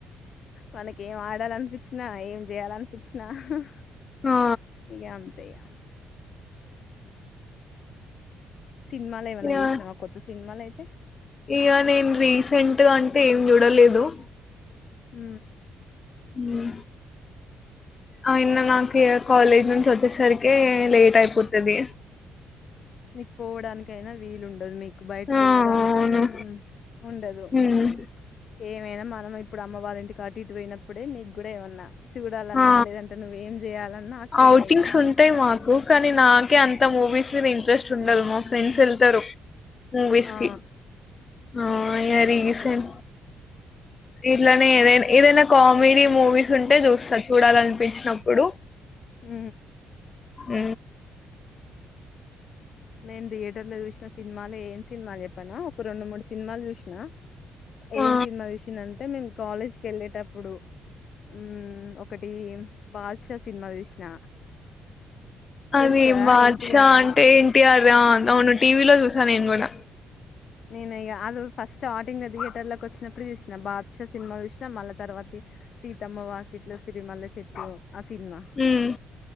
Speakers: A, on the left; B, on the left.
A: మన ఏం ఆడాలనిపించిన ఏంజేయలన్ ఇచ్చిన హ హ
B: ఆ
A: ఇగ అం తిగా సినిమాలు ఏమన్నా
B: ఆ
A: చూసినావా కొత్త సినిమాలు అయితే
B: ఇగ నేను రీసెంట్గా అంటే ఏం చూడలేదు హలో
A: ఊ
B: ఊ ఐనా నాకిగ కాలేజ్ నుంచి ఒచ్చేసరికి లేట్ అయిపోతది
A: మీకు పోవడానికయినా వీలు ఉండదు మీకు బయటికి
B: ఆ
A: కెళ్ళడానికి
B: అవును
A: ఊ ఉండదు
B: మ్మ్
A: ఏ మా మ ఇప్పుడు అమ్మ వారి ఇంటి కాట్ ఇటు పోయినప్పుడే నీకు కూడా ఏమన్నా చూడాలన్నా
B: ఆ
A: లేదంటే నువ్వేం చేయాలన్నా అక్కడనే
B: అఔటింగ్స్
A: ఇగ
B: ఉంటాయి మాకు కానీ నాకే అంత మూవీస్ మీరు ఇంట్రెస్ట్ ఉండదు మా ఫ్రెండ్స్ ఎళ్తరు విసిగి
A: ఆ
B: ఆ ఇగ రీసేన్ ఇట్లనే ఏదై ఏదైనా కామెడీ మూవీస్ ఉంటే జూస్తా చూడాలనిపించినప్పుడు
A: ఊ
B: ఉ
A: నేన్ దేడ్ టర్లో చూసినా సినిమాలు ఏం సినిమాలు చెప్పనా ఒక రెండు మూడు సినిమాలు చూసిన ఏం
B: ఆ
A: సినిమా చూసినా అంటే మేము కాలేజ్ కేళ్ళేటప్పుడు మ్మ్ ఒకటి బాద్ష సినిమా చూసిన
B: అది
A: తెలుసు కదా
B: బాష్ద
A: ఎన్టీఆర్ది
B: అంటే ఏంటిఆర్ అవును టీవీలో చూసా నేను కూడా
A: నేన్ ఇక అదు ఫస్ట్ స్టార్టింగ్ థియేటర్ల కి వచ్చినప్పుడు చూసినా బా స్ద సినిమా చూసినాం మళ్ళ తర్వాత ఇప్ సీతమ్మ వాకిట్ ట్లో సిరిమల్ల చెట్టు ఆ సినిమా
B: ఉమ్